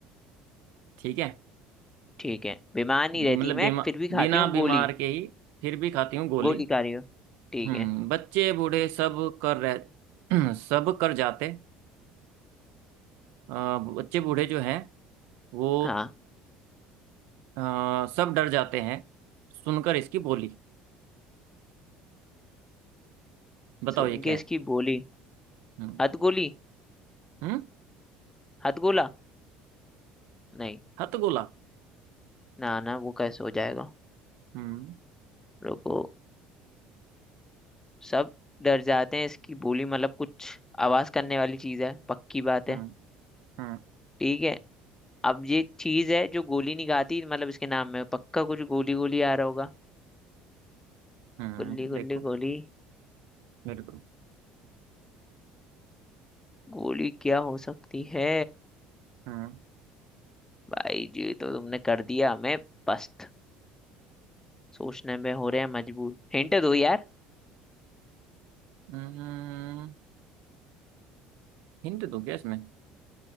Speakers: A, on the right; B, on the left.
A: ठीक है
B: ठीक है बीमार नहीं
A: मतलब
B: रहती मैं
A: बीमा
B: फिर भी खाती
A: बिना
B: हूँ
A: बीमार
B: गोली
A: के ही फिर भी खाती हूँ गोली
B: गोली खा रही हो ठीक
A: हम्म
B: है
A: बच्चे बूढ़े सब कर रह <clears throat> सब कर जाते अ, बच्चे बूढ़े जो हैं वो
B: हाँ
A: अ, सब डर जाते हैं सुनकर इसकी बोली बताओ
B: सुन
A: ये क्या
B: के इसकी
A: है
B: बोली
A: हम्म
B: हथ गोली
A: हम्म
B: हथ गोला नहीं
A: हथगोला
B: ना ना वो कैसे हो जाएगा
A: हम्म
B: रुको सब डर जाते हैं इसकी बोली मतलब कुछ आवाज करने वाली चीज है पक्की बात
A: हम्म
B: है
A: हम्म
B: ठीक है अब ये चीज है जो गोली नहीं खाती मतलब इसके नाम में पक्का कुछ गोली गोली आ रहा होगा
A: हम्म
B: गुल्ली
A: देखो
B: गुल्ली गोली
A: मेरे को
B: गोली क्या हो सकती है
A: हम्म
B: भाई जी तो तुमने कर दिया हमें पस्त सोचने में हो रहे हैं मजबूर हिंट दो यार
A: हम्म, हिंट दो क्या इसमें